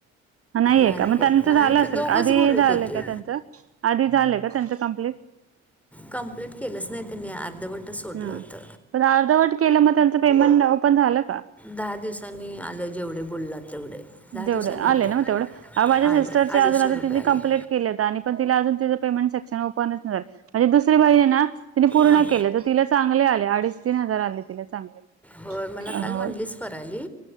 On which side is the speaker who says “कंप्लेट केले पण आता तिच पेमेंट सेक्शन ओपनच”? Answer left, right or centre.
Right